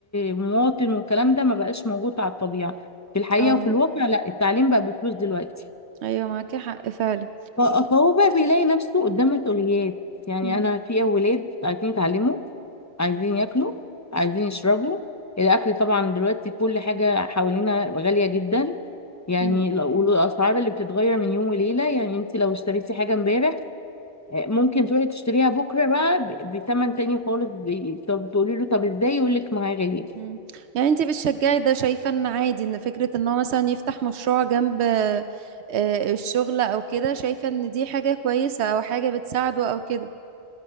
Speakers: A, on the left; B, on the right.
A: مواطن والكلام ده ما بقاش موجود على الطبيعة في الحقيقة
B: اه
A: وفي الواقع لا التعليم بقى بفلوس دلوقتي
B: ايوه معاكي حق فعلا
A: ف- فهو بقى بيلاقي نفسه قدام مسؤوليات يعني
B: مم.
A: أنا في أولاد عايزين يتعلموا عايزين ياكلوا عايزين يشربوا الأكل طبعا دلوقتي كل حاجة حوالينا غالية جدا يعني
B: مم.
A: لو- والأسعار اللي بتتغير من يوم وليلة يعني انت لو اشتريتي حاجة امبارح آه، ممكن تروحي تشتريها بكره بقى ب- بتمن تاني خالص بي- طب تقولي له طب ازاي يقول لك ما هي غاليه
B: مم. يعني انتي بتشجعي ده شايفة ان عادي ان فكرة ان هو مثلا يفتح مشروع جنب آه، آه، الشغل او كده شايفة ان دي حاجة كويسة او حاجة بتساعده او كده